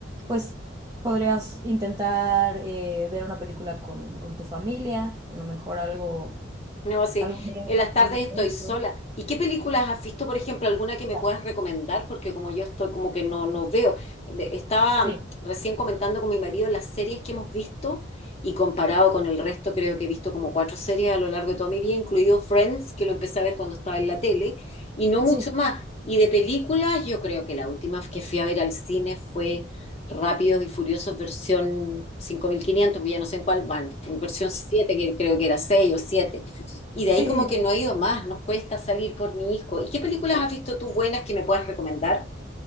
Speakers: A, on the right (about 20°); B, on the left (about 30°).
A: pues podrías intentar eh, ver una película con, con tu familia, a lo mejor algo,
B: No, sí,
A: algo, ne-
B: en las tardes
A: algo
B: estoy
A: neutro.
B: sola. ¿Y qué películas has visto, por ejemplo, alguna que me
A: Ya.
B: puedas recomendar? Porque como yo estoy como que no, no veo. De- Estaba
A: Sí,
B: recién comentando con mi marido las series que hemos visto y comparado con el resto, creo que he visto como cuatro series a lo largo de toda mi vida, incluido Friends, que lo empecé a ver cuando estaba en la tele, y no mucho
A: sí,
B: más. Y de películas, yo creo que la última que fui a ver al cine fue Rápidos y Furiosos versión 5500, porque ya no sé en cuál van, en versión 7 que creo que era 6 o 7. Y de
A: sí,
B: ahí como
A: no.
B: que no he ido más, nos cuesta salir por mi hijo. ¿Y qué películas has visto tú buenas que me puedas recomendar?